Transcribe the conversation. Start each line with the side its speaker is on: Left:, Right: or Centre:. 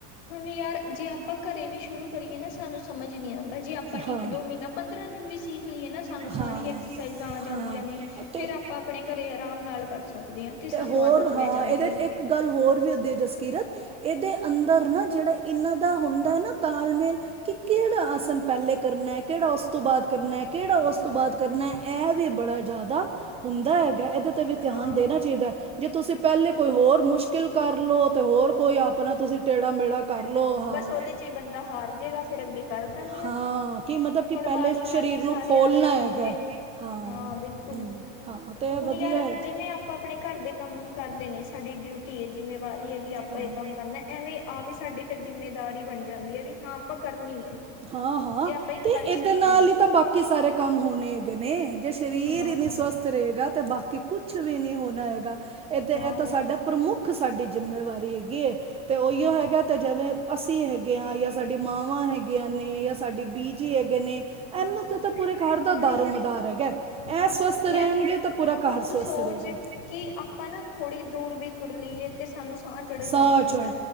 Left: ਹੁਣ ਯਾਰ ਜੇ ਆਪਾਂ ਘਰੇ ਵੀ ਸ਼ੁਰੂ ਕਰੀਏ ਨਾ ਸਾਨੂੰ ਸਮਝ ਨੀ ਆਉਂਦਾ ਜੇ ਆਪਾਂ
Right: ਹਾਂ
Left: ਇੱਕ ਦੋ ਮਹੀਨਾ ਪੰਦਰਾਂ ਦਿਨ ਵੀ ਸਿੱਖ ਲਈਏ ਨਾ ਸਾਨੂੰ
Right: ਹਾਂ
Left: ਸਾਰੀ ਐਕਸਰਸਾਈਜ਼ਾਂ ਆ ਜਾਂਦੀਆਂ
Right: ਹਾਂ ਹਾਂ
Left: ਨੇ।
Right: ਤੇ
Left: ਫੇਰ ਆਪਾਂ ਆਪਣੇ ਘਰੇ ਆਰਾਮ ਨਾਲ ਕਰ ਸਕਦੇ ਹਾਂ ਤੇ ਸਾਨੂੰ
Right: ਹੋਰ
Left: ਆਦਤ ਪੈ
Right: ਹਾਂ
Left: ਜਾਂਦੀ
Right: ਇਹਦੇ
Left: ਆ।
Right: ਚ ਇੱਕ ਗੱਲ ਹੋਰ ਵੀ ਹੁੰਦੀ ਹੈ ਜਸਕੀਰਤ। ਇਹਦੇ ਅੰਦਰ ਨਾ ਜਿਹੜਾ ਇਹਨਾਂ ਦਾ ਹੁੰਦਾ ਹੈ ਨਾ ਤਾਲਮੇਲ ਕਿ ਕਿਹੜਾ ਆਸਨ ਪਹਿਲੇ ਕਰਨਾ ਕਿਹੜਾ ਉਸ ਤੋਂ ਬਾਅਦ ਕਰਨਾ ਕਿਹੜਾ
Left: ਹਾਂ
Right: ਉਸ ਤੋਂ ਬਾਅਦ ਕਰਨਾ ਇਹ ਵੀ ਬੜਾ ਜ਼ਿਆਦਾ ਹੁੰਦਾ ਹੈਗਾ ਇਹਦੇ ਤੇ ਵੀ ਧਿਆਨ
Left: ਹਾਂ
Right: ਦੇਣਾ ਚਾਹੀਦਾ ਹੈ। ਜੇ ਤੁਸੀਂ ਪਹਿਲੇ ਕੋਈ ਹੋਰ ਮੁਸ਼ਕਿਲ ਕਰ ਲਓ ਤੇ ਹੋਰ ਕੋਈ ਆਪਣਾ ਤੁਸੀਂ ਟੇੜਾ ਮੇੜਾ ਕਰਲੋ ਹਾਂ,
Left: ਬਸ ਉਹਦੇ
Right: ਹਾਂ।
Left: ਚ ਹੀ ਬੰਦਾ ਹਾਰ ਜੇਗਾ ਫਿਰ ਅੱਗੇ ਕਰਦਾ ਨੀ ਉਹ
Right: ਹਾਂ ਕੀ ਮਤਲਬ ਕਿ
Left: ਹੁਣ
Right: ਪਹਿਲੇ
Left: ਵਾਰੀ ਵਾਰੀ
Right: ਸ਼ਰੀਰ ਨੂੰ
Left: ਸਾਰੇ
Right: ਖੋਲਣਾ
Left: ਆਸਨ ਕਰੋਗੇ
Right: ਹੈਗਾ ਹਾ
Left: ਹਾਂ ਬਿਲਕੁਲ
Right: ਹਮ। ਹਾਂ ਤੇ ਇਹ
Left: ਹੁਣ
Right: ਵਧੀਆ
Left: ਯਾਰ
Right: ਹੈ
Left: ਜਿਵੇਂ ਆਪਾਂ ਆਪਣੇ ਘਰ ਦੇ ਕੰਮ ਕਰਦੇ ਨੇ ਸਾਡੀ ਡਿਊਟੀ ਹੈ ਜਿੰਮੇਵਾਰੀ ਹੈ ਵੀ ਆਪ ਆਪਾਂ
Right: ਹਮ
Left: ਇਹ ਕੰਮ ਕਰਨਾ ਐਵੇਂ ਆਪ ਹੀ ਸਾਡੀ ਫਿਰ ਜਿੰਮੇਦਾਰੀ ਬਣ ਜਾਂਦੀ ਹੈ ਵੀ ਹਾਂ ਆਪਾਂ ਕਰਨੀ ਹੈ।
Right: ਹਾਂ-ਹਾਂ
Left: ਜੇ ਆਪਾਂ ਇੱਕ
Right: ਤੇ
Left: ਵਾਰੀ
Right: ਇਹਦੇ
Left: ਸਿੱਖ
Right: ਨਾਲ
Left: ਲਈਏ
Right: ਹੀ ਤਾਂ ਬਾਕੀ ਸਾਰੇ ਕੰਮ ਹੋਣੇ ਹੈਗੇ ਨੇ ਜੇ ਸ਼ਰੀਰ
Left: ਹਾਂ
Right: ਇਨੀ ਸਵਸਥ ਰਹੇਗਾ ਤੇ ਬਾਕੀ ਕਿ ਕੁਛ ਵੀ ਨੀ ਹੋਣਾ ਹੈਗਾ ਇਹਦੇ
Left: ਹਾਂ
Right: ਇਹ ਤਾਂ
Left: ਯਾਰ
Right: ਸਾਡਾ ਪ੍ਰਮੁੱਖ ਸਾਡੀ ਜਿੰਮੇਵਾਰੀ ਹੈਗੀ ਏ। ਤੇ ਉਹੀਓ
Left: ਹਾਂ
Right: ਹੈਗਾ ਅਤੇ ਜਿਵੇਂ ਅਸੀਂ ਹੈਗੇ ਹਾਂ ਜਾਂ ਸਾਡੀ ਮਾਵਾਂ ਹੈਗੀਆਂ ਨੇ। ਜਾਂ ਸਾਡੀ ਬੀਜੀ ਹੈਗੇ ਨੇ
Left: ਹਾਂ
Right: ਇਹਨੂੰ ਤੇ ਤਾਂ ਪੂਰੇ ਘਰ ਦਾ
Left: ਹੁਣ
Right: ਦਾਰੋ ਮਦਾਰ ਹੈਗਾ। ਇਹ
Left: ਹਾਂ
Right: ਸਵਸਥ ਰਹਿਣਗੇ
Left: ਯਾਰ
Right: ਤਾਂ ਪੂਰਾ
Left: ਹੁਣ
Right: ਘਰ ਸਵਸਥ
Left: ਤੂੰ ਸੋਚ
Right: ਰਹੇਗਾ
Left: ਕਿ ਆ ਪਾ ਨਾ ਥੋੜੀ ਦੂਰ ਵੀ ਤੁਰ ਲਈਏ ਤੇ ਸਾਨੂੰ ਸਾਹ ਚੜ੍ਹਨ
Right: ਸਾਹ
Left: ਲੱਗ ਜਾਂਦਾ,
Right: ਚੜ